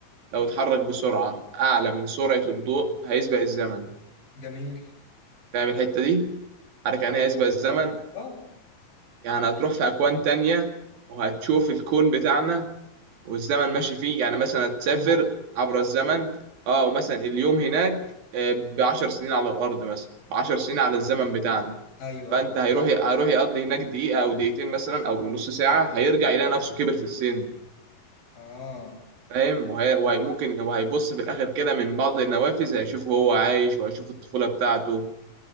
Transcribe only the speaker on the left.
جميل
اه
ببطء
ايوه
ايوه
اه